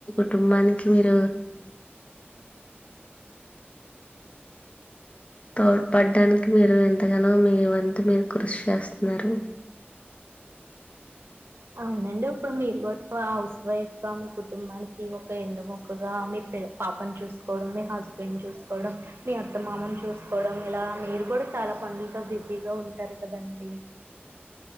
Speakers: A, on the left; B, on the right.
A: కుటుంబానికి, మీరు తోడ్ పడ్డానికి మీరు ఎంతగానో మీ వంతు మీరు కృషి చేస్తున్నారు
B: అవునండి ఇప్పుడు మీరు కూడా హౌస్ వైఫ్ మీ కుటుంబానికి, ఒక ఎండ మొక్కగా మీ పి పాపను చూసుకోవడం మీ హస్బెండ్ చూసుకోవడం, మీ అత్తమామని చూసుకోవడం, ఇలా మీరు కూడా చాలా పనులతో బిజీగా ఉంటారు కదండి.